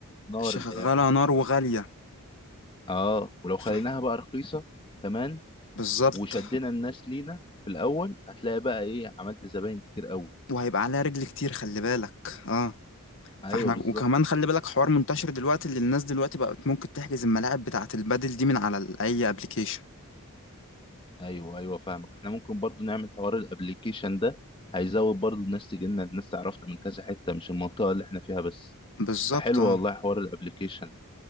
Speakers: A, on the left; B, on the left.
A: نار
B: شغالة
A: الايام دي
B: نار وغالية
A: اه ولو خليناها
B: ف...
A: بقى رخيصه كمان
B: بالظبط
A: وشدنا الناس لينا في الاول هتلاقي بقى ايه عملت زباين كتير قوي
B: وهيبقى عليها رجل كتير خلي بالك اه
A: ايوه
B: فاحنا
A: بالظبط
B: وكمان خلي بالك حوار منتشر دلوقتي اللي الناس دلوقتي بقت ممكن تحجز الملاعب بتاعة البادل دي من على ال- اي ابلكيشن
A: ايوه ايوه فاهمك احنا ممكن برضو نعمل حوار الابليكيشن ده هيزود برضو الناس تجي لنا الناس تعرفنا من كذا حته مش المنطقه اللي احنا فيها بس
B: بالظبط
A: فحلو
B: اه
A: والله حوار الابليكيشن ده.